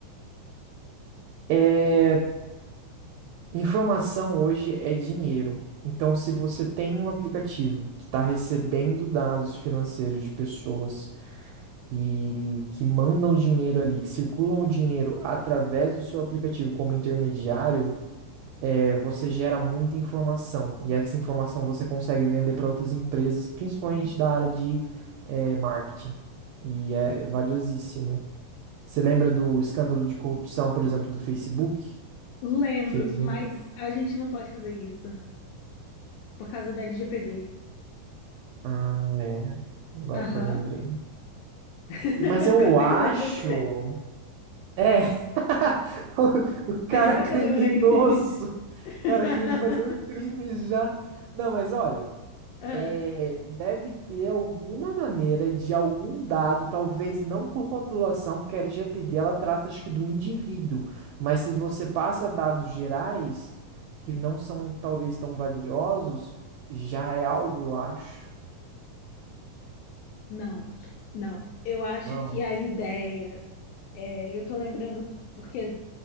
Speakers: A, on the right; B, on the left.
A: Eh, Informação hoje é dinheiro. Então, se você tem um aplicativo que está recebendo dados financeiros de pessoas e que mandam dinheiro ali, que circulam o dinheiro através do seu aplicativo como intermediário, é, você gera muita informação. E essa informação você consegue vender para outras empresas, principalmente da área de, é, marketing. E é valiosíssimo. Você lembra do escândalo de corrupção, por exemplo, do Facebook?
B: Lembro,
A: Que eles vêm-
B: mas a gente não pode fazer isso por causa da LGPD.
A: Ah, é. Agora
B: Aham.
A: que eu lembrei.
B: <laughs>
A: E- Mas
B: Agora
A: eu acho.
B: que eu lembrei.
A: É. <laughs> O o cara
B: Agora
A: criminoso.
B: que eu lembrei. <laughs>
A: Cara, crime fazendo crime já. Não, mas olha.
B: Ah,
A: é, deve ter alguma maneira de algum dado, talvez não com rotulação, porque a LGPD ela trata acho que do indivíduo. Mas se você passa dados gerais, que não são talvez tão valiosos, já é algo, eu acho.
B: Não, não. Eu acho
A: Não.
B: que a ideia é, eu tô lembrando porque